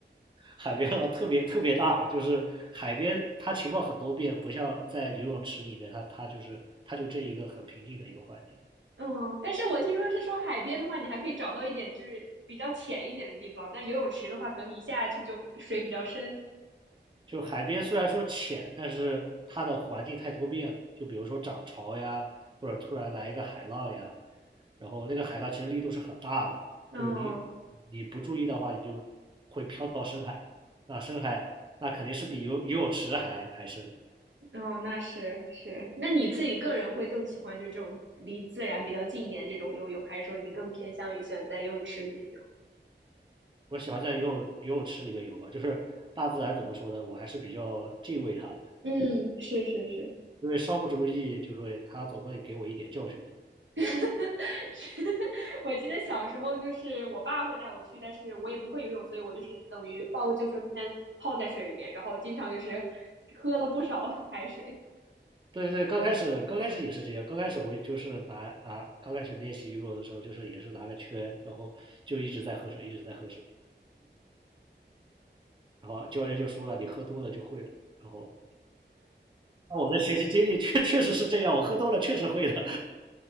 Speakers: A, on the right; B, on the right.
A: 海边浪特别特别大，就是海边它情况很多变，不像在游泳池里面，它它就是它就这一个很平静的一个环境。
B: 嗯，但是我听说是说海边的话，你还可以找到一点就是比较浅一点的地方，但游泳池的话，可能你下去就水比较深。
A: 就海边虽然说浅，但是它的环境太多变了，就比如说涨潮呀，或者突然来一个海浪呀，然后那个海浪其实力度是很大的，
B: 嗯，
A: 就是你你不注意的话，你就会飘到深海那深海那肯定是比游游泳池还还深，
B: 哦，那是是，那你自己个人会更喜欢就这种离自然比较近一点这种游泳，还是说你更偏向于选在游泳池里面游？
A: 我喜欢在游泳游泳池里面游吧，就是大自然怎么说呢，我还是比较敬畏它的，
B: 嗯，是是是。
A: 因为稍不注意，就会它总会给我一点教训。
B: <laughs> 是，我记得小时候就是我爸会带我去，但是我也不会游泳，所以我就是等于抱个救生圈泡在水里面，然后经常就是喝了不少 <laughs> 海水。
A: 对对，刚开始刚开始也是这样，刚开始我就是拿拿刚开始练习游泳的时候，就是也是拿个圈，然后就一直在喝水，一直在喝水，然后教练就说了，你喝多了就会了，然后。那我的学习经历确确实是这样，我喝多了确实会的。